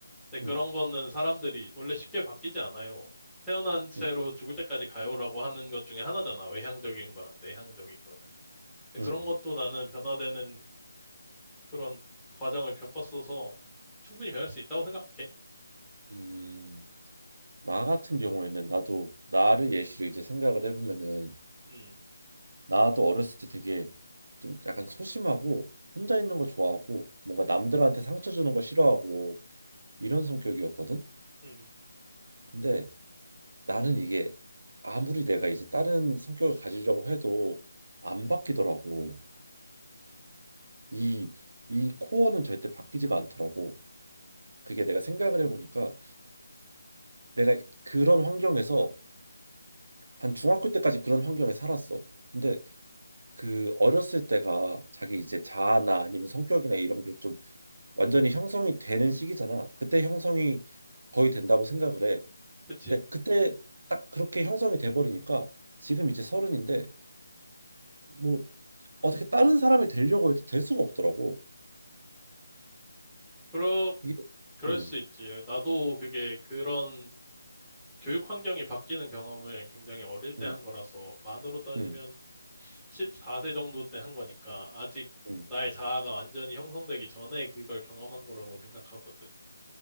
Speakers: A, in the centre; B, on the right (about 60°).
A: 근데 그런
B: 응,
A: 거는 사람들이 원래 쉽게 바뀌지 않아요. 태어난 채로
B: 응.
A: 죽을 때까지 가요라고 하는 것 중에 하나잖아. 외향적인 거랑 내향적인 거는. 근데
B: 응.
A: 그런 것도 나는 변화되는 그런 과정을 겪었어서 충분히 변할 수 있다고 생각해.
B: 음, 나 같은 경우에는 나도 나를 예시로 이제 생각을 해보면은
A: 음,
B: 나도 어렸을 때 되게 좀 약간 소심하고 혼자 있는 거 좋아하고 뭔가 남들한테 상처 주는 거 싫어하고 이런 성격이었거든.
A: 음,
B: 근데 나는 이게 아무리 내가 이제 다른 성격을 가지려고 해도 안 바뀌더라고. 이 이 코어는 절대 바뀌지가 않더라고. 그게 내가 생각을 해보니까 내가 그런 환경에서 한 중학교 때까지 그런 환경에 살았어. 근데 그 어렸을 때가 자기 이제 자아나 아니면 성격이나 이런 게좀 완전히 형성이 되는 시기잖아. 그때 형성이 거의 된다고 생각을 해.
A: 그치.
B: 근데 그때 딱 그렇게 형성이 돼버리니까 지금 이제 서른인데 뭐 어떻게 다른 사람이 되려고 해도 될 수가 없더라고.
A: 그러,
B: 이게
A: 그럴
B: 음,
A: 수 있지. 나도 그게 그런 교육 환경이 바뀌는 경험을 굉장히 어릴 때
B: 음,
A: 한 거라서 만으로 따지면
B: 음,
A: 14세 정도 때 한 거니까 아직
B: 음.
A: 나의 자아가 완전히 형성되기 전에 그걸 경험한 거라고 생각하거든.